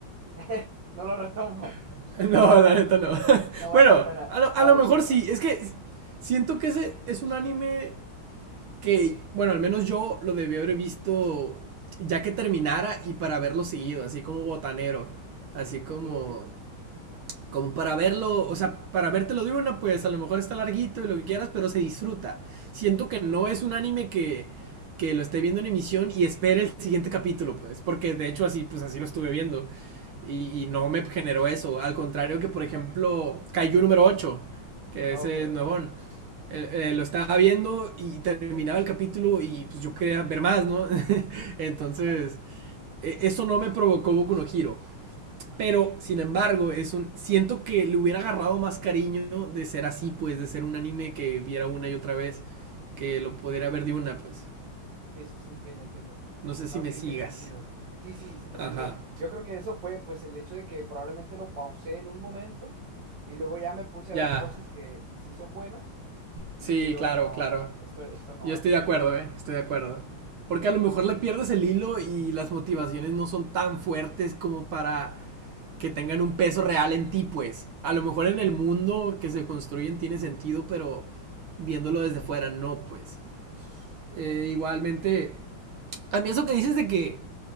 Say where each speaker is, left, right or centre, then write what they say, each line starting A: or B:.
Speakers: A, on the right; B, on the right.
A: <laughs> No lo retomo.
B: <laughs> no, la neta no. <laughs>
A: No vale
B: bueno,
A: la pena.
B: a lo,
A: Ah,
B: a lo
A: disculpa.
B: mejor sí.
A: Ajá.
B: Es que siento que ese es un anime que, bueno, al menos yo lo debí haber visto ya que terminara y para haberlo seguido, así como botanero. Así como
A: Ok, sí.
B: como para verlo, o sea, para vértelo de una, pues a lo mejor está larguito y lo que quieras, pero se disfruta. Siento que no es un anime que, que lo esté viendo en emisión y espere el siguiente capítulo, pues, porque de hecho así, pues así lo estuve viendo y, y no me generó eso. Al contrario que, por ejemplo, Kaiju número ocho, que
A: Ok,
B: ese es
A: ajá.
B: nuevón. eh, eh, lo estaba viendo y terminaba el capítulo y pues yo quería ver más, ¿no? <laughs> Entonces,
A: Ajá.
B: e- eso no me provocó Boku no Hero. Pero, sin embargo, es un. Siento que le hubiera agarrado más cariño de ser así, pues, de ser un anime que viera una y otra vez, que lo pudiera ver de una, pues.
A: Sí, sí, sí, entiendo, entiendo.
B: No sé si
A: No,
B: me
A: sí,
B: sigas.
A: tiene sentido. Sí, sí, sí te
B: Ajá.
A: sigo. Yo creo que eso fue, pues, el hecho de que probablemente lo pausé en un momento y luego ya me puse
B: Ya.
A: a ver cosas que, que sí son buenas y
B: Sí,
A: dije yo,
B: claro,
A: no,
B: claro.
A: no, esto, esto no,
B: Yo estoy
A: ¿sabes?
B: de acuerdo, eh. Estoy de acuerdo. Porque a lo mejor le pierdes el hilo y las motivaciones no son tan fuertes como para que tengan un peso real en ti, pues. A lo mejor en el mundo que se construyen tiene sentido, pero viéndolo desde fuera no, pues. Eh, igualmente, a mí eso que dices de que